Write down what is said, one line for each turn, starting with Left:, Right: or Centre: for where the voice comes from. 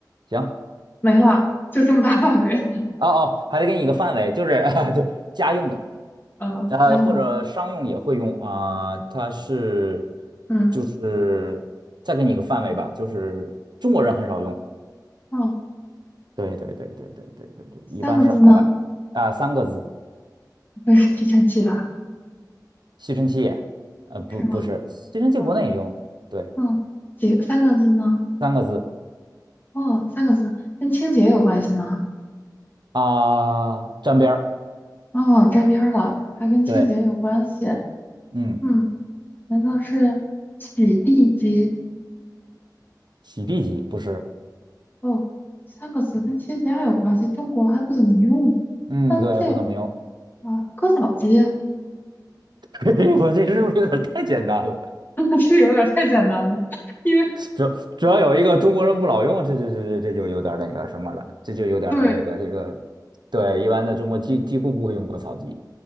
Right: 行，
Left: 没了，就这么大范围了，
Right: 哦哦，还得给你一个范围，就是 <laughs> 就家用的，
Left: <laughs> 呃，
Right: 呃，
Left: 家用的，
Right: 或者商用也会用啊，它是
Left: 嗯
Right: 就是再给你一个范围吧，就是中国人很少用。
Left: 嗯，
Right: 对对对对对对对对，
Left: 三个字吗？
Right: 一般是海外啊，三个字，
Left: 不会是吸尘器吧？
Right: 吸尘器也呃，不不是，
Left: 是吗？
Right: 吸尘器国内也用，
Left: 嗯
Right: 对，
Left: 嗯，几三个字呢？
Right: 三个字
Left: 哦，三个字，跟清洁有关系吗？
Right: 啊，沾边儿，
Left: 哦，沾边儿了，还跟清洁有关系。
Right: 对，嗯，
Left: 嗯，难道是洗地机？
Right: 洗地机不是。
Left: 哦，三个字跟清洁还有关系，中国还不怎么用。
Right: 嗯，
Left: 那这
Right: 对，不怎么用。
Left: 啊，割草机
Right: <laughs> 我这是不是有点太简单了？
Left: <laughs> 是有点太简单了，因为
Right: 主主要有一个中国人不老用，这这这这这就有点那个什么了，这就有点儿这个这个，
Left: 对
Right: 对，一般在中国几几乎不会用割草机。